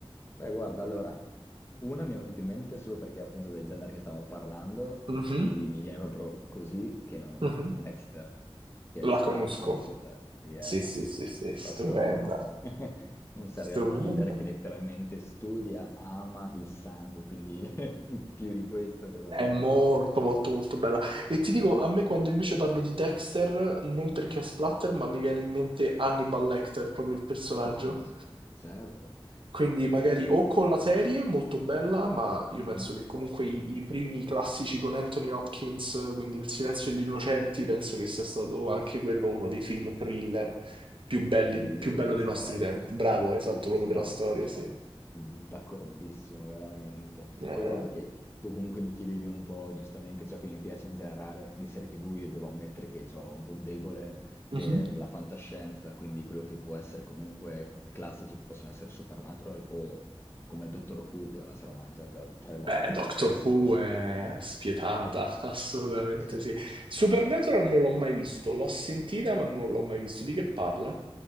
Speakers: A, on the left; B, on the right.
A: beh, guarda, allora, una mi è venuta in mente solo perché appunto del genere che stavamo parlando,
B: Mhm,
A: che quindi mi viene proprio così, che non...
B: mhm.
A: Dexter, che
B: La
A: Splatter,
B: conosco.
A: credo, sia
B: Sì, sì, sì, sì, stupenda,
A: proprio <laughs> un serial
B: stupenda.
A: killer che letteralmente studia, ama il sangue, quindi <laughs> più di questo cosa
B: È
A: vuoi?
B: molto, molto, molto bella. E ti dico, a me quando invece parlo di Dexter, non perché è splatter, ma mi viene in mente Hannibal Lecter, proprio il personaggio.
A: Ah, certo,
B: Quindi magari
A: vuol dire...
B: o con la serie, molto bella, ma io
A: Mhm.
B: penso che comunque i, i primi classici con Anthony Hopkins, quindi Il silenzio degli innocenti, penso che sia stato anche quello uno dei film thriller più belli,
A: i migliori
B: più bello
A: della
B: dei
A: storia.
B: nostri tempi. Bravo, esatto,
A: Sì, sì,
B: proprio
A: sì,
B: della
A: no,
B: storia,
A: sono
B: sì.
A: d'accordissimo, veramente.
B: Eh,
A: Poi ovvio che tu comunque mi chiedevi un po' giustamente ciò che mi piace in generale di serie TV, io devo ammettere che ho un po' un debole
B: mhm.
A: per la fantascienza, quindi quello che può essere comunque classici possono essere Supernatural o come Doctor Who, che me la sarò mangiata tre volte.
B: Beh, Doctor Who
A: Que-
B: è
A: <laughs> sì.
B: spietata, <laughs> assolutamente
A: Sì,
B: sì. Supernatural
A: eh.
B: non l'ho mai visto, l'ho sentita ma non l'ho mai visto. Di che parla?